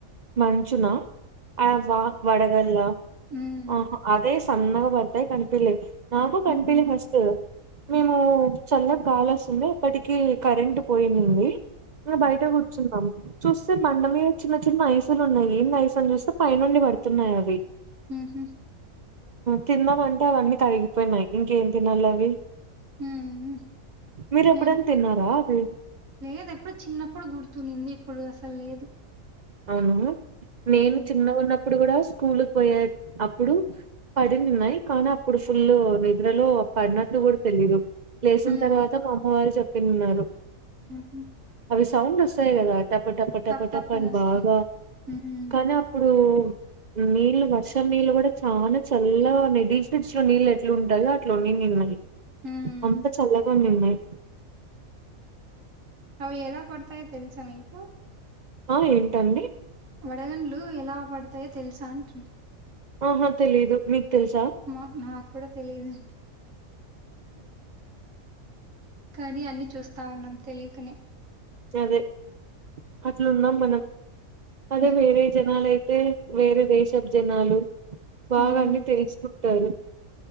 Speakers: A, on the right; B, on the right.
A: మంచునా ఆ వా వడగల్
B: హ్మ్
A: ఆ అదేస్ సన్నగా బర్తాయి కనిపిల్లి నాకు
B: హ్మ్
A: కనిపిల్లి
B: హ్మ్
A: ఫస్ట్ ఊ మేము చల్ల గాలస్తుంది అప్పటికి కరెంట్ పోయింనింది ఆ బయట కూర్చున్నాం చూస్తే బండ మీద చిన్న చిన్న ఐస్ తులు ఉన్నాయి ఏం నైసని చూస్తే పైనుండి పడుతున్నాయి అవి
B: ఊహు
A: తిన్నామంటే అవన్నీ కలిగిపోయినాయి ఇంకేం తినాలి అవి
B: ఊ ఉ
A: మీరు ఎప్పుడైనా
B: నేన్ కూడ
A: తిన్నారా అవి
B: లేదు ఎప్పుడు చిన్నప్పుడు గుర్తునింది ఇప్పుడు అసలు లేదు
A: అవును నేను
B: హ్మ్.
A: చిన్న
B: హ్మ్.
A: ఉన్నప్పుడు కూడా స్కూల్ పోయే అప్పుడు పడిన్నాయి కానీ అప్పుడు ఫుల్ నిద్రలో పడినట్టు కూడా తెలిదు లేసిన
B: హ్మ్.
A: తర్వాత మా అమ్మవాళ్లు చెప్పిన్నారు
B: హుహు.
A: అవి సౌండ్ వస్తయి కదా టపట పటపట
B: టప్ టప్
A: అని
B: అనొస్తాయి.
A: బాగా
B: హ్మ్.
A: కానీ అప్పుడు నీళ్లు వర్షం నీళ్లు కూడా చాలా చల్లగా ఉన్నాయి డీప్ ఫ్రిజ్ లో నీళ్ళు ఎట్లా ఉంటాయో అట్లన్ని
B: హ్మ్.
A: అంత చల్లగానే ఉన్నాయి
B: అవి ఎలా పడతాయో తెలుసా మీకు
A: ఆ ఏంటండి
B: వడగండ్లు ఎలా పడతాయో తెలుసా అంటున్నా
A: ఆహా తెలీయదు మీకు తెల్సా
B: మా నాకు కూడా తెలియదండి కానీ అన్ని చూస్త తా ఉన్నాం తెలియకనే
A: అదే అట్లున్నాం మనం అదే
B: హ్మ్
A: వేరే జనాలయితే అయితే వేరే దేశ జనాలు బాగా
B: హ్మ్.
A: అంటే తెలుసుకుంటారు